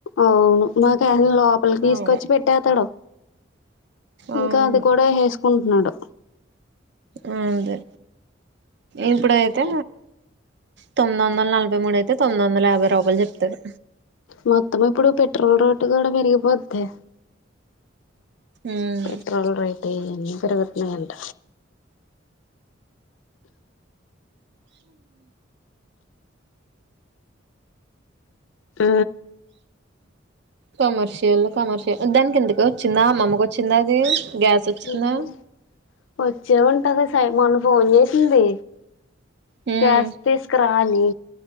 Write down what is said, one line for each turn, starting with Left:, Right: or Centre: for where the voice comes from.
Left: అవును మాకు ఏయన లోపలికి
Right: అలాగా
Left: తీసుకొచ్చి పెట్టేస్తాడు
Right: అవును
Left: ఇంకా అది కూడా వేసుకుంటున్నాడు
Right: అదే ఇప్పుడయితే తొమ్మిది వందల నలభై మూడు అయితే తొమ్మిది వందల యాభై రూపాయలు చెప్తారు
Left: మొత్తం ఇప్పుడు పెట్రోల్ రోటు కూడా పెరిగిపోద్ధి
Right: ఉమ్
Left: పెట్రోల్ రేట్ ఏమీ పెరగట్లే అంట ఊ
Right: కమర్షియల్ కమర్షియల్ దానికి ఎందుకు వచ్చిందా అమ్మమ్మకు వచ్చిందా అది గ్యాస్ వచ్చిందా
Left: ఏంటది వచ్చే ఉంటది సై మొన్న ఫోన్ చేసింది
Right: ఉమ్
Left: క్యాష్ తీస్కారా అని